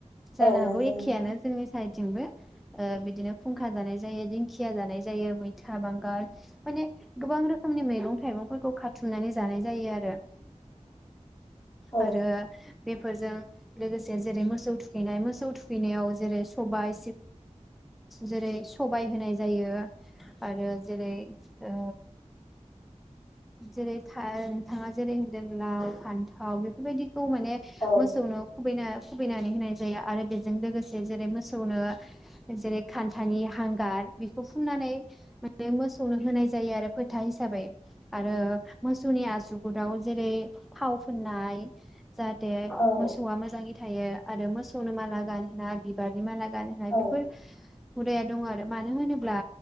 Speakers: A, in the centre; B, on the left.
A: जानो
B: औ
A: हागौ
B: नंगौ
A: एखेयानो
B: नोंथां
A: जोंनि सायद थिंबो ओ बिदिनो फुंखा जानाय जायो दिंखिया जानाय जायो मैथा बांगाल माने गोबां रोखोमनि मैगं थाइगंफोरखौ खाथुमनानै जानाय जायो आ <inaudible>
B: औ
A: आरो बेफोरजों लोगोसे जेरै मोसौ थुखैनाय मोसौ थुखैनायाव जेरै सबाय जेरै सबाय होनाय जायो आरो जेरै ओ जेरै था नोंथाङा जेरै होनदों लाव फान्थाव बेफोरबायदिखौ माने
B: औ
A: मोसौनो खुबैना खुबैनानै होनाय जायो आरो बेजों लोगोसे जेरै मोसौनो जेरै खान्थानि हांगार बेखौ फुननानै माने मोसौनो होनाय जायो आरो फोथा हिसाबै आरो मोसौनि आसु गुराव जेरै थाव फोननाय जाहाथे
B: औ
A: मोसौआ मोजाङै थायो आरो मोसौनो माला गान होना बिबारनि माला गानहोनाय
B: औ
A: बेफोर हुदाया दं आरो मानो होनोब्ला